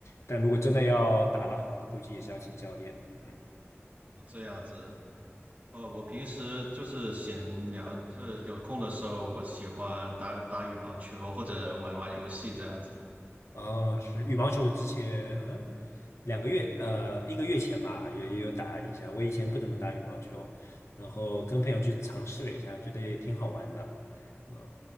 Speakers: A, on the left; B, on the right.
A: 但如果真的要打得好，估计也是要请教练。嗯，
B: 哦，这样子。哦，我平时就是闲聊，就是有空的时候，我喜欢打打羽毛球或者玩玩游戏这样子。
A: 啊，是羽毛球，我之前嗯两个月，呃，一个月前吧，有也有打一下。我以前不怎么打羽毛球，然后跟朋友去尝试了一下，觉得也挺好玩的。嗯，